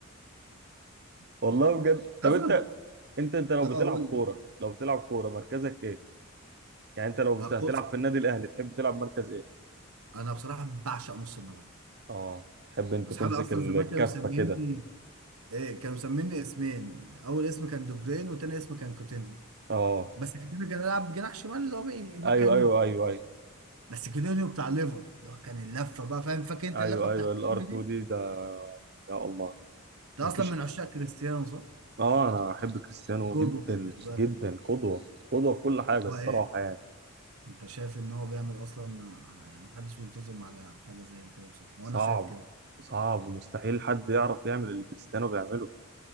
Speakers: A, on the right; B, on the right.
A: والله بجد طب
B: قصد
A: انت انت انت لو
B: اه قول
A: بتلعب كوره
B: لي
A: لو بتلعب كوره مركزك ايه؟ يعني انت لو
B: آه،
A: بت- هتلعب
B: بص
A: في النادي الاهلي تحب تلعب مركز ايه؟
B: انا بصراحه بعشق نص الملعب
A: اه تحب انت
B: اصحابي
A: تمسك
B: اصلا
A: الكفه
B: زمان كانوا مسميني
A: كده
B: ايه كانوا مسميني اسمين اول اسم كان دوبرين وتاني اسم كان كوتينيو
A: اه
B: بس كوتينيو كان يلعب جناح شمال اللي هو بي- ما
A: ايوه
B: كان
A: ايوه ايوه ايوه
B: بس كوتينيو بتاع ليفر اللي هو كان اللفه بقى فاهم فاكر انت
A: ايوه
B: اللفه بتاع
A: ايوه
B: كوتينيو
A: الار 2
B: دي
A: دي ده يا الله
B: ده
A: مفيش
B: اصلا من عشاق كريستيانو صح
A: اه انا احب كريستيانو
B: القدوه
A: جدا
B: بالنسبه
A: جدا
B: لك ده
A: قدوه قدوه في كل حاجه الصراحه
B: هو ايه
A: يعني
B: انت شايف ان هو بيعمل اصلا ع- يعني محدش بينتظم على حاجه زي كده بصراحه وانا
A: صعب
B: شايف كده
A: صعب مستحيل حد يعرف يعمل اللي كريستيانو بيعمله